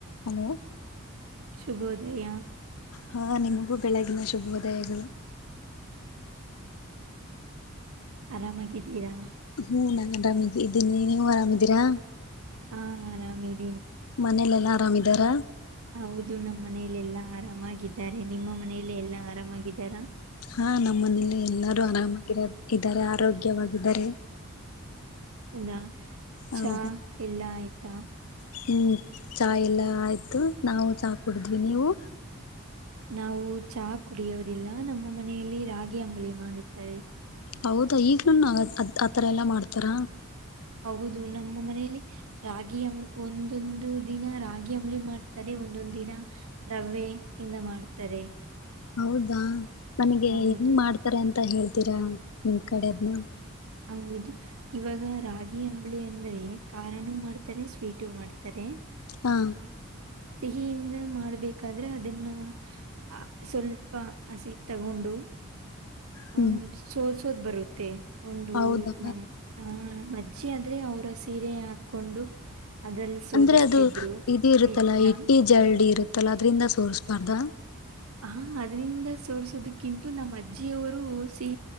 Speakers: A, on the left; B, on the right.
A: Hello,
B: ಶುಭೋದಯ,
A: ಹಾ ನಿಮಗೂ ಬೆಳಗಿನ ಶುಭೋದಯಗಳು,
B: ಆರಾಮಾಗಿದ್ದೀರಾ,
A: ಹ್ಮ ನಾನ್ ಆರಾಮಿಗೆ ಇದೀನಿ. ನೀವು ಆರಾಮಿದೀರಾ,
B: ಹ ಆರಾಮೀದ
A: ಮನೇಲೆೆಲ್ಲಾ ಆರಾಮಿದಾರ,
B: ಹೌದು ನಮ್ಮ್ ಮನೆಲಿ ಎಲ್ಲಾ ಆರಾಮಾಗಿದ್ದಾರೆ. ನಿಮ್ಮ ಮನೇಲ್ಲ ಎಲ್ಲಾ ಆರಾಮಾಗಿದ್ದಾರಾ,
A: ಹಾ ನಮ್ಮ ಮನೇಲ್ಲ ಎಲ್ಲಾರೂ ಆರಾಮಾಗಿರೋ, ಇದ್ದಾರೆ ಆರೋಗ್ಯವಾಗಿದ್ದಾರೆ,
B: ಹೌದಾ
A: ಹೌದು
B: ಚಾ ಎಲ್ಲಾ ಆಯ್ತಾ,
A: ಹ್ಮ್ ಚಹ ಎಲ್ಲ ಆಯ್ತು. ನಾವು ಚಹ ಕುಡಿದ್ವಿ ನೀವು,
B: ನಾವು ಚಹ ಕುಡಿಯೋುದಿಲ್ಲ ನಮ್ಮ ಮನೆಯಲ್ಲಿ ರಾಗಿ ಅಂಬಳಿ ಮಾಡುತ್ತಾರೆ.
A: ಹೌದಾ ಈಗ್ಲೂನು ಅತ್ ಆತರ ಎಲ್ಲಾ ಮಾಡ್ತಾರ.
B: ಹೌದು ನಮ್ಮ ಮನೇಲಿ ರಾಗಿ ಅಂ ಒಂದೊಂದು ದಿನ ರಾಗಿ ಅಂಬಳಿ ಮಾಡ್ತಾರೆ. ಒಂದೊಂದು ದಿನ ರವ್ವೆ ಇಿಂದ ಮಾಡ್ತಾರೆ.
A: ಹೌದಾ ನನಗೆ
B: ಹೌದು
A: ಹೆಂಗ್ ಮಾಡ್ತಾರೆ ಅಂತ ಹೇಳ್ತೀರಾ ನಿಮ್ ಕಡೆ ಅದ್ನ.
B: ಹೌದು ಇವಾಗ ರಾಗಿ ಅಂಬಳಿ ಅಂದ್ರೆ ಖಾರನುೂ ಮಾಡ್ತಾರೆ ಸ್ವೀಟು ಮಾಡ್ತಾರೆ.
A: ಹಾ.
B: ಸಿಹಿಯಿಂದ ಮಾಡ್ಬೇಕಾದ್ರೆ ಅದನ್ನ ಅ ಸ್ವಲ್ಪ ಹಸಿ ತಗೊಂಡು. ಹ
A: ಹ್ಮ್
B: ಸೋದ್ ಸೋದ ಬರುತ್ತೆ ಒಂದು
A: ಹೌದಾ
B: ನಮ್ಮ್ ಹಾ. ಚ್ಚಿ ಆದ್ರೆ ಅವರ ಸೀರೆ ಹಾಕೊಂಡು. ಅದರಲ್ಲಿ ಸೋದಿಸ್ತಿದ್ರು
A: ಅಂದ್ರೆ ಅದು ಇದು ಇರುತ್ತಲ್ಲಾ
B: ಹಿಟ್ನ
A: ಇಟ್ಟಿ ಜರಳ್ಳಿ ಇರುತ್ತಲ್ಲಾ ಅದ್ರಿಂದ ಸೋಸ್ಬಾರ್ದ.
B: ಹಾ ಅದ್ರಿಂದ ಸೋಸೋದಕ್ಕಿಂತು ನಮ್ಮ ಅಜ್ಜಿಯವರು ಸಿ